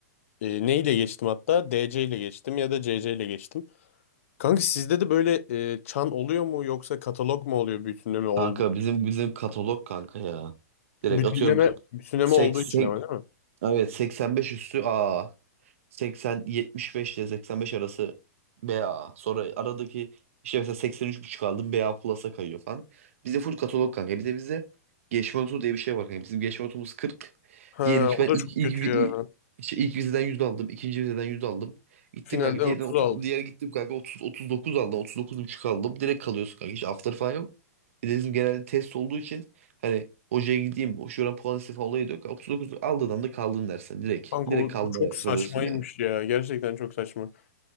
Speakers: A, on the left; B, on the right.
A: E, neyle geçtim hatta? DC ile geçtim ya da CC ile geçtim. Kanka sizde de böyle e, çan oluyor mu yoksa katalog mu oluyor bütünleme oldu?
B: Kanka bizim bizim katalog kanka ya. Direkt
A: Bütünleme,
B: atıyorum
A: bütünleme
B: sek,
A: olduğu
B: sek,
A: için ama değil mi?
B: evet 85 üstü A. 80-75 ile 85 arası BA. Sonra aradaki işte mesela seksen üç buçuk aldım BA Plus'a kayıyor falan. Bizde full katalog kanka. Bir de bizde geçme notu diye bir şey var kanka. Bizim geçme notumuz 40.
A: Ha,
B: Diyelim ki ben
A: o da
B: ilk,
A: çok
B: ilk,
A: kötü ya.
B: ilk, işte ilk vizeden 100 aldım. ikinci vizeden 100 aldım. Gittim
A: Finalden
B: kanka diğerden
A: 30
B: 30,
A: aldım.
B: diğer gittim kanka 30, 39 aldım. otuz dokuz buçuk aldım. Direkt kalıyorsun kanka. Hiç after falan yok. Bir de bizim genelde test olduğu için hani hocaya gideyim şuradan puan istifa olayı da yok. 39 aldığın anda kaldın dersen direkt.
A: Kanka
B: Direkt
A: o,
B: kalmaya
A: o çok saçmaymış
B: kalıyorsun yani.
A: ya. Gerçekten çok saçma.